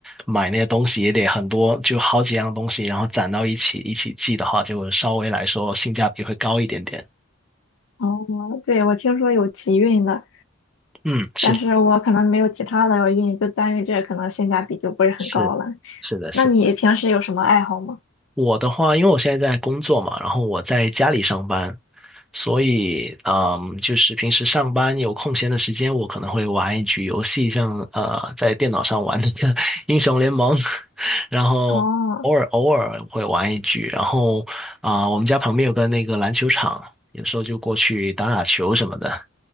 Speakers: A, in the centre; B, on the left.
A: 买那些东西也得很多，就好几样东西，然后攒到一起一起寄的话，就稍微来说性价比会高一点点。
B: 哦，对，我听说有集运的，
A: 嗯，是的，
B: 但是我可能没有其他的要运，就单运这个可能性价比就不是很高了。
A: 是是的，是的。
B: 那你平时有什么爱好吗？
A: 我的话，因为我现在在工作嘛，然后我在家里上班，所以嗯，就是平时上班有空闲的时间，我可能会玩一局游戏，像呃，在电脑上玩那个 <laughs> 英雄联盟，<laughs> 然后偶尔偶尔会玩一局，
B: 哦。
A: 然后啊、我们家旁边有个那个篮球场，有时候就过去打打球什么的。